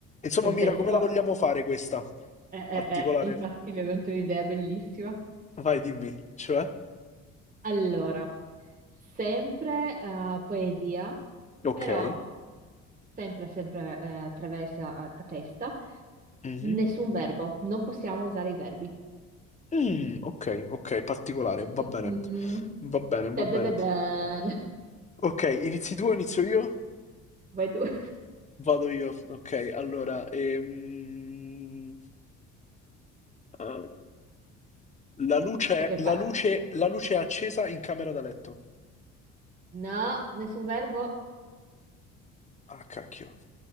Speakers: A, on the left; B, on the right.
A: Insomma,
B: Francesco?
A: Mira, come la vogliamo fare questa
B: Eh, eh,
A: particolare?
B: eh, infatti mi è venuta un'idea bellissima.
A: Vai, dimmi, cioè?
B: Allora, sempre eh, poesia,
A: Ok.
B: però sempre, sempre eh, attraversa a, a testa,
A: Mhm.
B: nessun verbo, non possiamo usare i verbi.
A: Mm, ok, ok, particolare,
B: Mm,
A: va
B: mm,
A: bene.
B: mm, mm.
A: Va bene, va
B: Da, da,
A: bene.
B: da, dan.
A: Ok, inizi tu o inizio io?
B: Vai tu. <laughs>
A: Vado io. Ok, allora, ehm, eh, la luce,
B: Ok,
A: la
B: pa-
A: luce, la luce è accesa in camera da letto.
B: no, nessun verbo.
A: Ah, cacchio.